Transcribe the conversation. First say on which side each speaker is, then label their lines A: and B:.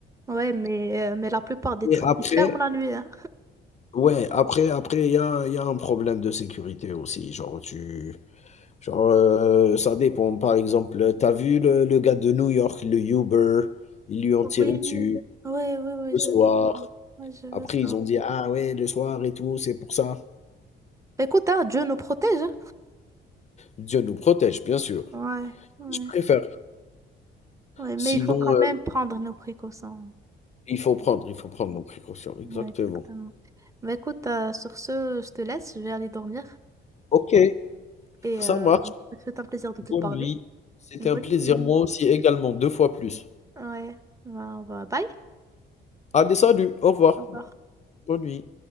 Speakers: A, on the right; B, on the left.
A: Ouais, mais, euh, mais la plupart des
B: Mais
A: trucs,
B: après
A: ils ferment la nuit, hein.
B: ouais, après après il y a il y a un problème de sécurité aussi, genre tu genre, heu, ça dépend. Par exemple, t'as vu le le gars de New York, le Uber? Ils lui ont tiré
A: Oui,
B: dessus
A: oui, oui, oui,
B: le
A: je
B: soir.
A: veux ça. Ouais, je veux
B: Après
A: ça.
B: ils ont dit: «Ah ouais, le soir et tout, c'est pour ça».
A: Écoute, hein, Dieu nous protège. hein.
B: Dieu nous protège, bien sûr.
A: Ouais, ouais.
B: Je préfère.
A: Ouais, mais
B: Sinon,
A: il faut quand même prendre nos précautions.
B: Il faut prendre, il faut prendre nos précautions, exactement.
A: Ouais, exactement. Bah écoute, euh, sur ce, je te laisse, je vais aller dormir
B: OK,
A: et
B: ça
A: euh,
B: marche.
A: c'est un plaisir de te
B: Bonne
A: parler.
B: nuit. C'était
A: Bonne
B: un plaisir,
A: nuit.
B: moi aussi également, 2 fois plus.
A: Ouais, bah, on va- bye.
B: Allez, salut, au revoir.
A: Au revoir.
B: Bonne nuit.